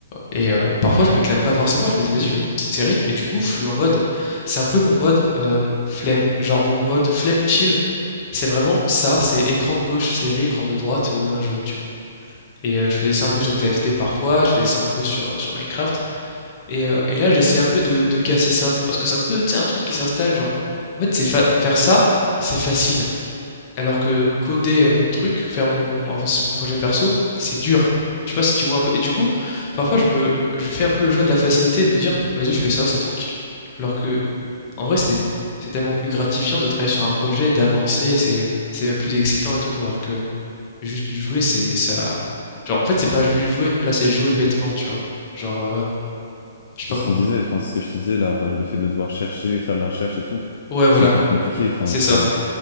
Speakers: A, on the left; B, on the left.
A: et euh, parfois, je m'éclate pas forcément. Je me dis, vas-y, je vais mettre une petite série. Et du coup, je suis en mode, c'est un peu mon mode euh, flemme. Genre, mon mode flemme chill, c'est vraiment ça. C'est écran de gauche, série, écran de droite, euh, un jeu, tu vois. Et euh, je faisais ça un peu sur TFT parfois, je faisais ça un peu sur, euh, sur Minecraft. Et, euh, et là, j'essaie un peu de, de casser ça. Parce que c'est un peu, tu sais, un truc qui s'installe. Genre, en fait, c'est fa- faire ça, c'est facile. Alors que coder, heu, mon truc, faire mon avancer mon projet perso, c'est dur. Je sais pas si tu vois un peu? Et du coup, parfois je me je fais un peu le choix de la facilité et de me dire: «Vas-y, je fais ça, c'est tranquille». Alors que, en vrai, c'est c'est tellement plus gratifiant de travailler sur un projet, d'avancer et c'est c'est même plus excitant et tout. Alors que juste jouer, c'est ça genre, en fait, c'est pas juste jouer, là, c'est jouer bêtement, tu vois? Genre, heu, je sais
B: C'est
A: pas
B: ce
A: comment
B: qu'on disait, enfin, ce que je te disais, là, le fait de devoir chercher, faire de la recherche et tout,
A: ouais, voilà,
B: c'est hyper compliqué. Enfin,
A: c'est
B: c'est
A: ça.